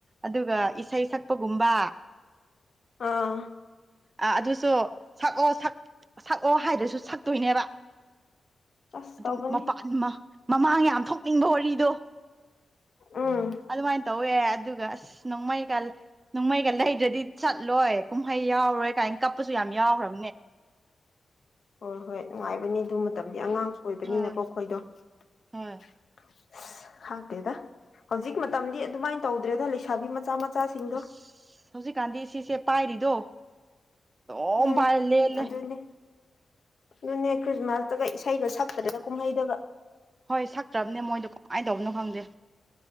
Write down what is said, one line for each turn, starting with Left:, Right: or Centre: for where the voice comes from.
Right: ꯑꯗꯨꯒ ꯏꯁꯩ ꯁꯛꯄꯒꯨꯝꯕ
Left: ꯑꯥ
Right: ꯑ ꯑꯗꯨꯁꯨ ꯁꯛꯑꯣ ꯁ ꯁꯛꯑꯣ ꯍꯥꯏꯗꯨꯁꯨ ꯁꯛꯇꯣꯏꯅꯦꯕ
Left: ꯑꯁ
Right: ꯑꯗꯨꯝ
Left: ꯇꯧꯕꯅꯤ
Right: ꯃꯄꯥꯟ ꯑꯃ ꯃꯃꯥꯡ ꯌꯥꯝ ꯊꯣꯛꯅꯤꯡꯕ ꯋꯥꯔꯤꯗꯣ
Left: ꯎꯝ
Right: ꯑꯗꯨꯃꯥꯏꯅ ꯇꯧꯋꯦ ꯑꯗꯨ ꯑꯗꯨꯒ ꯑꯁ ꯅꯣꯡꯃꯩꯒ ꯅꯣꯡꯃꯩꯒ ꯂꯩꯗ꯭ꯔꯗꯤ ꯆꯠꯂꯣꯏ ꯀꯨꯝꯍꯩ ꯌꯥꯎꯔꯣꯏ ꯀꯥꯏꯅ ꯀꯞꯄꯁꯨ ꯌꯥꯝ ꯌꯥꯎꯈ꯭ꯔꯕ
Left: ꯍꯣꯏ ꯍꯣꯏ ꯅꯨꯡꯉꯥꯏꯕꯅꯤ ꯑꯗꯨ ꯃꯇꯝꯗꯤ ꯑꯉꯥꯡ ꯑꯣꯏꯕꯅꯤꯅꯀꯣ
Right: ꯍꯣꯏ
Left: ꯑꯩꯈꯣꯏꯗꯣ ꯑꯁ
Right: ꯍꯣꯏ
Left: ꯍꯥꯡꯇꯦꯗ ꯍꯧꯖꯤꯛ ꯃꯇꯝꯗꯤ ꯑꯗꯨꯃꯥꯏꯅ ꯇꯧꯗ꯭ꯔꯦꯗ ꯂꯩꯁꯥꯕꯤ ꯃꯆꯥ ꯃꯆꯥ ꯆ ꯁꯤꯗꯣ
Right: ꯑꯁ ꯍꯧꯖꯤꯛꯀꯥꯟꯗꯤ ꯁꯤꯁꯦ ꯄꯥꯏꯔꯤꯗꯣ ꯑꯗꯨꯝ
Left: ꯎꯝ
Right: ꯄꯥꯏꯔ ꯂꯦꯂꯦ
Left: ꯑꯗꯨꯅꯦ ꯑꯗꯨꯅꯦ ꯈ꯭ꯔꯤꯁꯃꯥꯁꯇꯒ ꯏꯁꯩꯒ ꯁꯛꯄꯗꯒ ꯀꯨꯝꯍꯩꯗꯒ
Right: ꯍꯣꯏ ꯁꯛꯇ꯭ꯔꯕꯅꯦ ꯃꯣꯏꯗꯣ ꯀꯃꯥꯏꯅ ꯇꯧꯕꯅꯣ ꯈꯪꯗꯦ